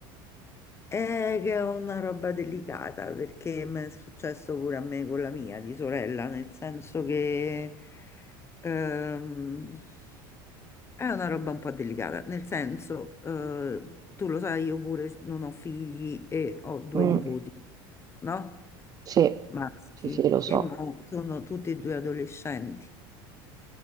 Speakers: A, on the left; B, on the right.
A: è che è una roba delicata perché mi è successo pure a me con la mia di sorella, nel senso che ehm, è una roba un po' delicata, nel senso, eh, tu lo sai, io pure non ho figli e ho due
B: Mm,
A: nipoti, no?
B: sì,
A: Maschi,
B: sì, sì, lo so.
A: che mo sono tutti e due adolescenti.